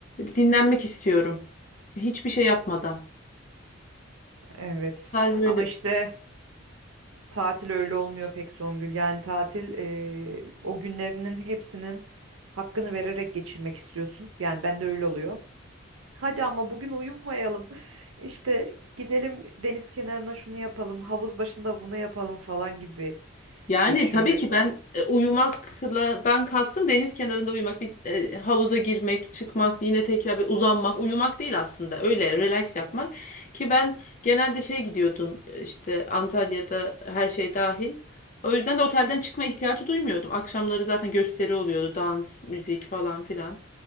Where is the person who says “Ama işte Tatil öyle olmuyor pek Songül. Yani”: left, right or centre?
Right